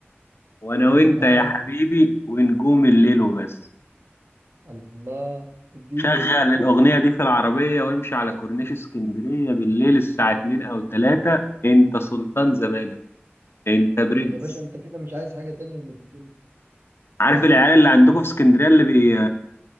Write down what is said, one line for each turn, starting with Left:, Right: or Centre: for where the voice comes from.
Left: وانا وانت
Right: اه
Left: يا حبيبي ونجوم الليل وبس
Right: الله اديني
Left: شغل الاغنية دي في العربية وامشي على كورنيش اسكندرية بالليل الساعة 2 او 3 انت سلطان زمانك انت برنس
Right: يا باشا انت كده مش عايز حاجة تانية من الدنيا
Left: عارف العيال اللي عندكم في اسكندرية اللي بي...